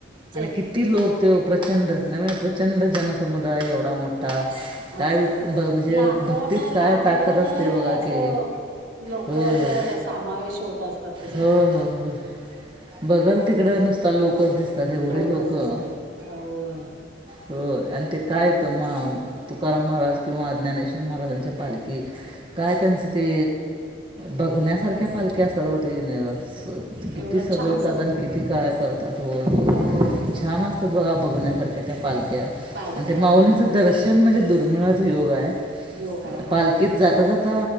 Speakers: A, on the right; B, on the right.
A: ह
B: आणि किती लोक ते प्रचंड नवे प्रचंड जनसमुदाय एवढा मोठा काय
A: असं
B: म्हणजे
A: लाखोन
B: भक्तीत काय
A: लाखोन
B: ताकद असते बघा
A: असं
B: की
A: लोक
B: होय
A: असं
B: होय
A: समावेश होत असतात त्याच्यात
B: होय होय होय बघल तिकड नुसत लोकच दिसतात एवढी
A: लोकच
B: लोक
A: दिसतात
B: हा
A: होय
B: हो आणि ते काय त म तुकाराम महाराज किंवा ज्ञानेश्वर महाराजांच्या पालखी काय त्यांचं ते बगण्यासारख्या पालखी असतात र तीनस किती
A: एवढं
B: सजवतात
A: छान
B: आणि किती काय करतात होय
A: होय
B: छान असतात बघा बघण्यासारख्या त्या पालख्या
A: पालक्या
B: आणि ते माऊलींचं
A: हा
B: दर्शन म्हणजे दुर्मिळाच योग आहे
A: योग आहे होय
B: पालखीत जाता जाता